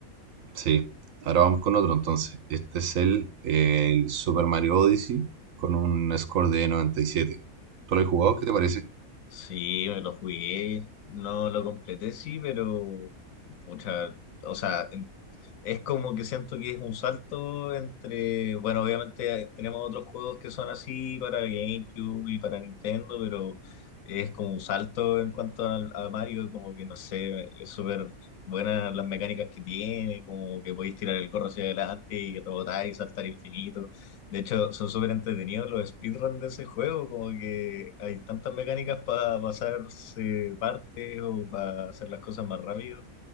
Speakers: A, on the right; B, on the left.
A: Sí, ahora vamos con otro entonces. Este es el, el Super Mario Odyssey con un score de 97. ¿Tú lo has jugado? ¿Qué te parece?
B: Sí, me lo jugué, no lo completé, sí, pero, pucha, o sea, Es como que siento que es un salto entre, bueno, obviamente eh, tenemos otros juegos que son así para GameCube y para Nintendo, pero es como un salto en cuanto al- a, Mario, como que no sé, es súper buenas las mecánicas que tiene, como que podéis tirar el corro hacia adelante y rebotar y saltar infinito. De hecho, son súper entretenidos los speedruns de ese juego, como que hay tantas mecánicas para pasarse partes o para hacer las cosas más rápido.